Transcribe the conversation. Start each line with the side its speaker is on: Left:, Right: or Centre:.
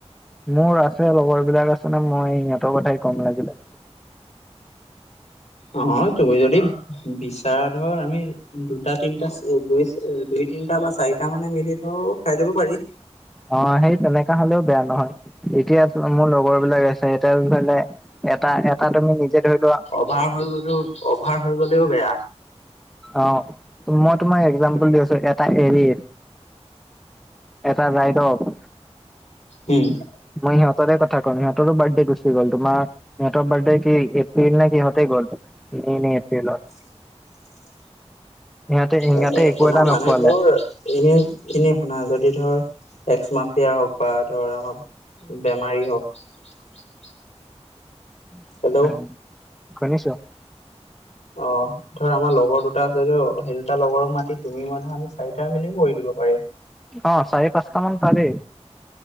Centre: মোৰ আছে লগৰ বিলাক আছে নে মই সিহঁতৰ কথাই কম লাগিলে।
Left: অ তুমি যদি বিচাৰা ধৰ আমি দুটা তিনটা দুই দুই তিনিটা বা চাৰিটা মানে মিলি ধৰো খাই যাব পাৰি।
Centre: অ সেই তেনেকা হ'লেও বেয়া নহয়। এতিয়া চোৱা মোৰ লগৰ বিলাক আছে, এতিয়া ধৰিলে এটা এটা তুমি নিজে ধৰি লোৱা।
Left: পাৰ হৈ গ'লেও অভাৰ হৈ গ'লেও বেয়া।
Centre: অ মই তোমাক এক্সাম্পোল দি আছো এটা এৰি, এটা ৰাইদত,
Left: উম।
Centre: মই ইহঁতৰে কথা ক'ম ইহঁতৰো বাৰ্থডে গুচি গ'ল তোমাৰ ইহঁতৰ বাৰ্থডে কি এপ্ৰিল নে কিহতেই গ'লত মে' নে এপ্ৰিলত।
Left: <inaudible>
Centre: সিহঁতে সিহঁতে
Left: এই
Centre: একো
Left: শুনা
Centre: এটা
Left: মানে
Centre: নোখোৱালে
Left: তোৰ এনে-এনে শুনা যদি ধৰ এক্স মাফিয়া হওঁক বা ধৰ আমাৰ বেমাৰী হওঁক। <unintelligible>
Centre: <unintelligible>
Left: হেল্ল' অ। ধৰ আমাৰ লগৰ দুটা আছে সেই দুটা লগৰক মাতি তুমি মানে আমি চাৰিটা মেলি কৰি দিব পাৰি।
Centre: অ' চাৰি পাঁচটা মান পাৰি।